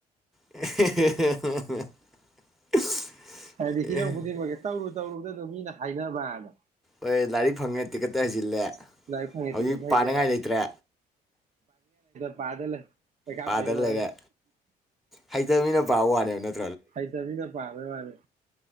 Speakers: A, in the centre; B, on the right.
A: <unintelligible>
B: ꯍꯥꯏꯗꯤ ꯍꯤꯔꯝ ꯈꯨꯗꯤꯡꯃꯛꯀꯤ ꯇꯧꯔꯨ <unintelligible> ꯃꯤꯅ ꯍꯥꯏꯅꯕꯗꯣ
A: ꯍꯣꯏ ꯂꯥꯏꯔꯤꯛ ꯐꯪꯉꯦ ꯇꯤꯛꯈꯠꯇꯅ ꯍꯩꯖꯤꯜꯂꯦ
B: ꯂꯥꯏꯔꯤꯛ ꯐꯪꯉꯦ
A: ꯍꯧꯖꯤꯛ
B: ꯇꯤꯀꯦꯠ ꯍꯩꯖꯤꯜꯂꯦ
A: ꯄꯥꯅꯤꯡꯉꯥꯏ ꯂꯩꯇ꯭ꯔꯦ
B: ꯀꯥꯗ ꯂꯩ ꯄꯩꯈꯥ
A: ꯄꯥꯗ
B: ꯐꯦꯜ
A: ꯂꯩꯔꯦ
B: ꯑꯣꯏꯔꯒ
A: ꯍꯩ <unintelligible> ꯄꯥꯕꯋꯥꯔꯦ ꯅꯠ
B: ꯍꯩꯇꯕꯤꯅ ꯄꯥꯕ ꯋꯥꯅꯦ